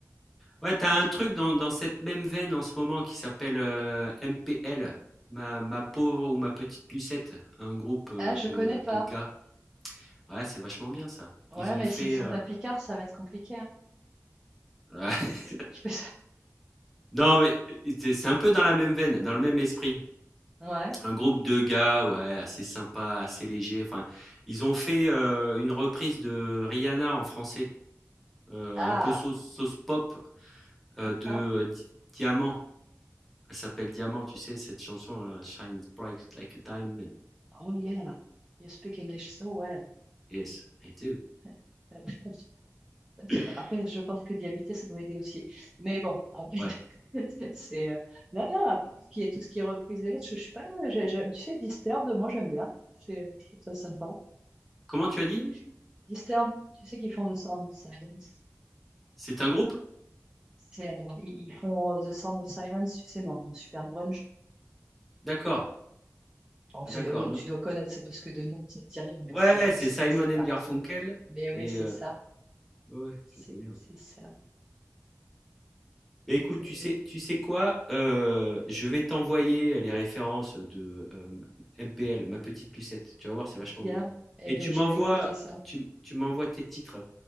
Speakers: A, in the centre; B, on the right (about 15°).
A: Ouais, t'as un truc dans, dans cette même veine en ce moment qui s'appelle euh, MPL, ma, ma pauvre ou ma petite Lucette, un groupe euh,
B: Ah, je
A: de,
B: connais pas.
A: de gars. Ouais, c'est vachement bien ça. Ils
B: Ouais,
A: ont
B: mais
A: fait.
B: s'ils sont
A: euh,
B: pas picards, ça va être compliqué. hein.
A: ouais. <laughs>
B: Je, je peux...
A: Non, mais c'est c'est un peu dans la même veine, dans le même esprit.
B: <laughs> Ouais.
A: Un groupe de gars, ouais, assez sympa, assez léger. Enfin, ils ont fait euh, une reprise de Rihanna en français, euh,
B: Ah,
A: un peu sauce, sauce pop euh,
B: d'accord.
A: de euh, Di- Diamant. Elle s'appelle Diamant, tu sais, cette chanson-là, Shines Bright Like a Diamond.
B: Oh yeah, you speak English so well.
A: Yes, I do.
B: <laughs>
A: <clears throat>
B: Après, je pense que d'y habiter, ça doit aider aussi. Mais bon, après, <laughs>
A: Ouais.
B: c'est euh, là, là, après, tout ce qui est, tout ce qui est reprise et autres, je, je suis pas, j'ai- j'aime- tu sais, Disturbed, moi, j'aime bien. C'est, euh, je trouve ça sympa.
A: Comment tu as dit?
B: Tu dis que j'ai- Disturbed, tu sais qu'ils font The Sound of Silence.
A: C'est un groupe?
B: C'est, euh, ils ils font euh, The Sound of Silence, tu sais, mais en super grunge.
A: D'accord,
B: Alors,
A: d'accord.
B: c'est- là,
A: Non.
B: tu dois connaître, c'est parce que de nom, ça te dit rien, mais
A: Ouais,
B: c'est euh,
A: c'est
B: c'est
A: Simon
B: passé partout.
A: and Garfunkel
B: Mais oui,
A: et
B: c'est
A: heu,
B: ça.
A: ouais, ouais,
B: C'est
A: je connais, ouais.
B: c'est ça.
A: Beh,
B: Bien,
A: écoute,
B: bien,
A: tu
B: bien.
A: sais tu sais quoi? Heu, je vais t'envoyer les références de, hem, MPL, Ma Petite Lucette. Tu vas voir, c'est
B: Bien.
A: vachement bien
B: Eh
A: et
B: ben,
A: tu
B: je
A: m'envoies
B: vais écouter ça.
A: tu tu m'envoies tes titres